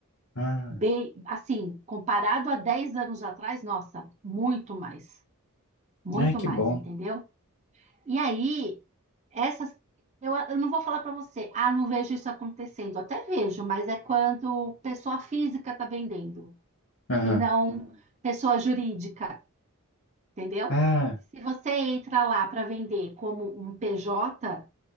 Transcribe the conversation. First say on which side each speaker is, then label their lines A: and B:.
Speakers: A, on the left (about 75°); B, on the right (about 30°).
A: Ah,
B: Bem, assim, comparado a 10 anos atrás, nossa, muito mais, muito
A: ai, que
B: mais,
A: bom.
B: entendeu? E aí, essas, eu, eu não vou falar para você, ah, não vejo isso acontecendo. Até vejo, mas é quando pessoa física está vendendo
A: Aham.
B: e não pessoa jurídica, entendeu?
A: Ah,
B: Se você entra lá para vender como um PJ,